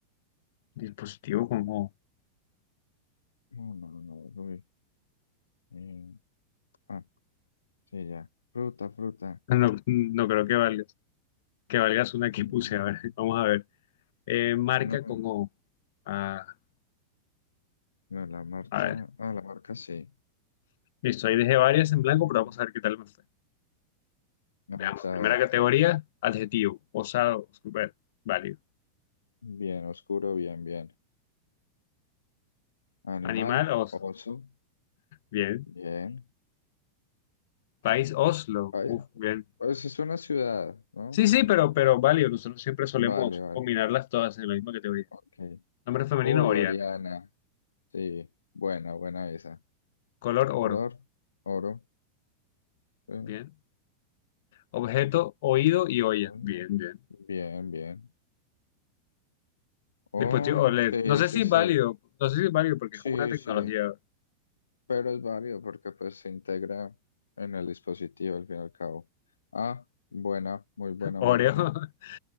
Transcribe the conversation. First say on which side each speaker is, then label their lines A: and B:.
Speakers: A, on the left; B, on the left.
A: dispositivo como
B: No, no, no. no, Uy. Eh, ah, sí, ya. Fruta, fruta.
A: <laughs> No, no creo que valgas. Que valgas una que
B: No,
A: puse. A ver, <laughs> vamos a ver. Eh, marca
B: no,
A: como O. Ah,
B: no, la marca.
A: a ver.
B: Ah, la marca sí.
A: Listo, ahí dejé varias en blanco,
B: Mm.
A: pero vamos a ver qué tal me fue.
B: Vamos
A: Veamos.
B: a
A: Primera
B: ver.
A: categoría, adjetivo. Osado, super, válido.
B: Bien, oscuro, bien, bien. Animal,
A: Animal, oso.
B: oso,
A: Bien.
B: bien.
A: País, Oslo.
B: Ay,
A: Uf, bien.
B: pues es una ciudad, ¿no?
A: Sí, sí, pero, pero válido. Nosotros siempre solemos
B: Vale, vale,
A: combinarlas todas en la misma categoría.
B: ok.
A: Nombre femenino,
B: Uy,
A: Oriana.
B: Oriana, sí, buena, buena esa.
A: Color oro.
B: Color, oro, eh,
A: Bien. Objeto, oído y olla.
B: bueno,
A: Bien, bien.
B: bien, bien. Oh,
A: Dispositivo OLED.
B: sí,
A: No sé
B: sí,
A: si es
B: sí,
A: válido. No sé si es válido porque
B: sí,
A: es como una tecnología.
B: sí, pero es válido porque pues se integra en el dispositivo al fin y al cabo. Ah, buena, muy buena
A: Oreo.
B: marca.
A: <laughs>